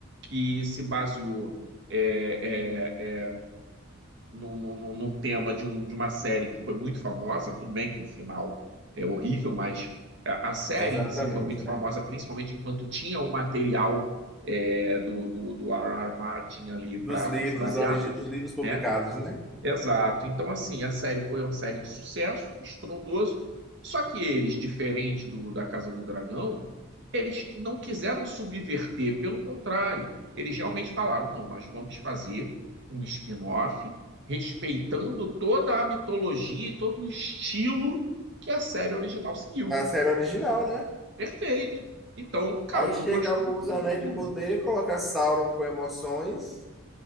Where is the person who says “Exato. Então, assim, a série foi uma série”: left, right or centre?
Right